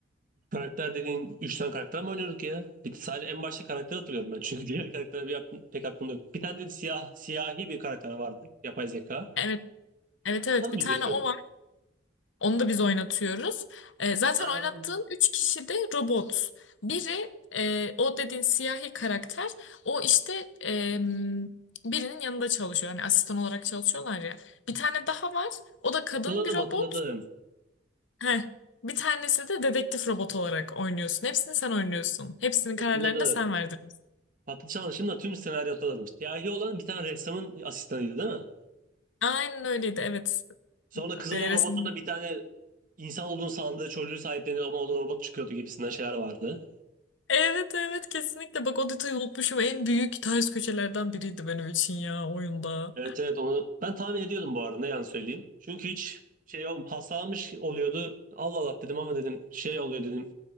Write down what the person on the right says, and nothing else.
Karakter dediğin 3 tane karakter mi oynuyorduk ya? Bir, sadece en başta karakteri hatırlıyorum ben. Çünkü diğer karakter bir aklım- pek aklımda yok. Bir tane de siyah, siyahi bir karakter vardı. Yapay zeka.
Ondan
mı
biz
yapıyorduk?
Ha,
hatırladım
hatırladım.
Hatırladım.
Patlıcan'ın şimdi tüm senaryo hatırladım. Siyahi olan bir tane ressamın asistanıydı değil mi?
Sonra kız
olan
robotun da bir tane insan olduğunu sandığı çocuğu sahiplenir ama o da robot çıkıyordu gibisinden şeyler vardı.
Evet evet onu ben tahmin ediyordum bu arada ne yalan söyleyeyim. Çünkü hiç şey olm hastalanmış oluyordu. Allah Allah dedim ama dedim şey oluyor dedim.